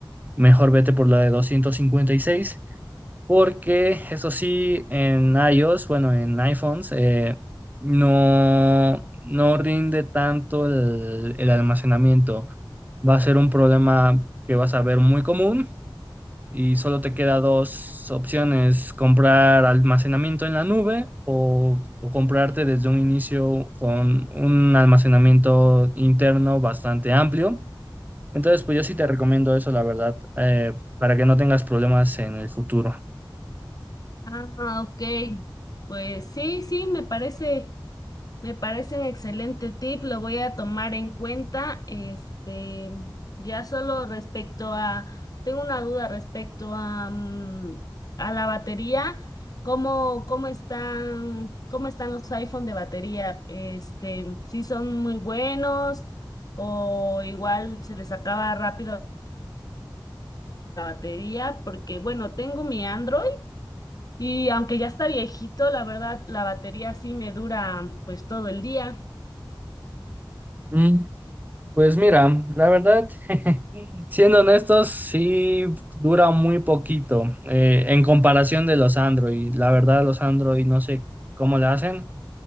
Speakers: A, on the right; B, on the left.
A: Mejor vete por la de doscientos cincuenta y seis porque eso sí, en iOS, bueno, en iPhones, eh, no, no rinde tanto el, el almacenamiento. Va a ser un problema que vas a ver muy común y solo te queda dos opciones, comprar almacenamiento en la nube o, o comprarte desde un inicio con un almacenamiento interno bastante amplio. Entonces, pues yo sí te recomiendo eso, la verdad, eh, para que no tengas problemas en el futuro.
B: Ah, ok. Pues sí, sí, me parece Me parece un excelente tip, lo voy a tomar en cuenta. Este, ya solo respecto a, tengo una duda respecto a, mm, a la batería, ¿cómo, cómo están, cómo están los iPhone de batería? Este, si son muy buenos o igual se les acaba rápido la batería? Porque bueno, tengo mi Android y aunque ya está viejito, la verdad, la batería sí me dura pues todo el día.
A: Mm, Pues mira, la verdad, siendo honestos, sí dura muy poquito eh, en comparación de los Android. La verdad, los Android no sé cómo le hacen,